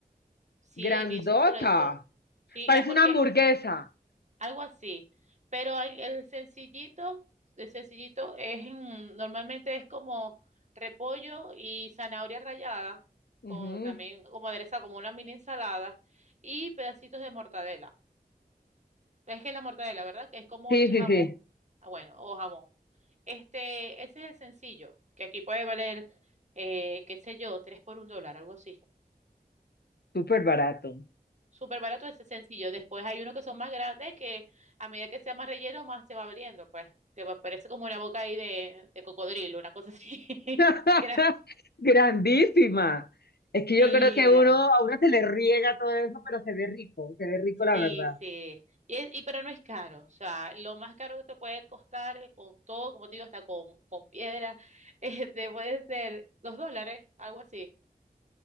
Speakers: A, on the right; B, on the left.
A: sí,
B: grandota.
A: es bien suculento. Sí,
B: Parece
A: es porque
B: una hamburguesa.
A: Algo así. Pero el el sencillito, el sencillito es un- normalmente es como repollo y zanahoria rallada,
B: Ujú.
A: con, también como adereza, como una mini ensalada, y pedacitos de mortadela. Es que es la mortadela, ¿verdad? Que es como
B: Sí,
A: el
B: sí,
A: jamón,
B: sí,
A: ah, bueno, o jamón. Este, ese es el sencillo, que aquí puede valer, eh, qué sé yo, tres por un dólar, algo así.
B: súper barato.
A: Súper barato, ese sencillo. Después hay unos que son más grandes que a medida que sea más relleno, más se va abriendo, pues. Que va- parece como una boca ahí de, de cocodrilo, una cosa así. <laughs>
B: <laughs>
A: Gran-
B: Grandísima. Es que
A: Sí,
B: yo creo que
A: grande.
B: uno, a uno se le riega todo eso, pero se ve rico, se ve rico la
A: Sí,
B: verdad.
A: sí. Y, es- y pero no es caro. O sea, lo más caro que te puede costar eh, con todo, como te digo, hasta con, con piedra, <laughs> este, puede ser dos dólares, algo así.